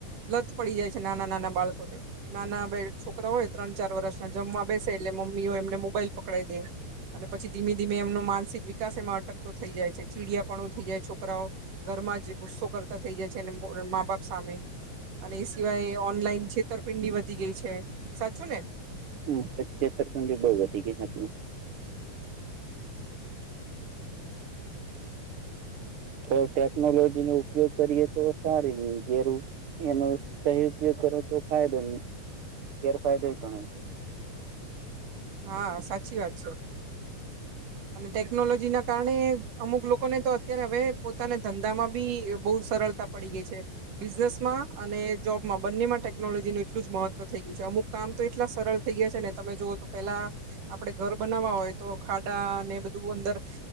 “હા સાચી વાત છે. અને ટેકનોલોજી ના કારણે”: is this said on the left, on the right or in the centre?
Right